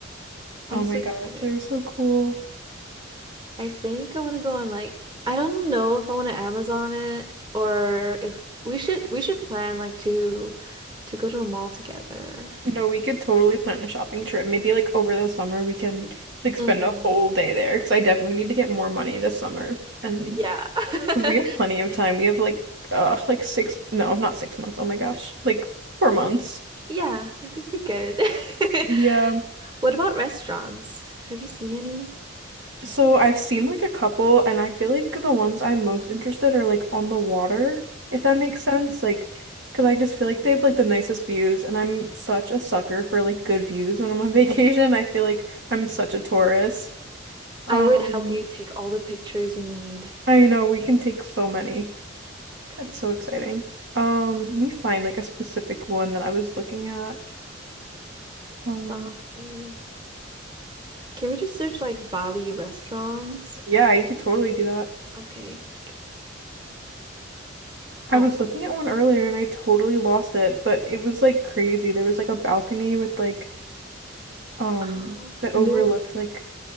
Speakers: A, on the right (about 25°); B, on the right (about 60°).
A: I'm
B: Oh my
A: so
B: gosh,
A: excited.
B: they're so cool.
A: I think I want to go on like I don't know if I want to Amazon it or if we should we should plan like to to go to a mall together.
B: No, we could totally plan a shopping trip. Maybe like over the summer we can like spend
A: hmm
B: a whole day there because I definitely need to get more money this summer. And
A: Yeah. <laughs>
B: because we have plenty of time. We have like uh like six no, not six months. Oh my gosh. Like four months.
A: Yeah, I think we're good. <laughs>
B: Yeah.
A: What about restaurants? Have you seen any?
B: So I've seen like a couple and I feel like the ones I'm most interested are like on the water, if that
A: Mm.
B: makes sense. Like because I just feel like they have like the nicest views and I'm such a sucker for like good views when I'm on <laughs> vacation. I feel like I'm such a tourist. Um,
A: I would help you take all the pictures you need.
B: I know we can take so many.
A: Okay.
B: That's so exciting. Um, let me find like a specific one that I was looking at. Um,
A: Bali. Can we just search like Bali restaurants?
B: yeah, you could totally do that.
A: Okay. Okay.
B: I
A: Oh,
B: was
A: no.
B: looking at one earlier and I totally lost it, but it was like crazy. There was like a balcony with like um
A: oh,
B: that overlooked
A: no.
B: like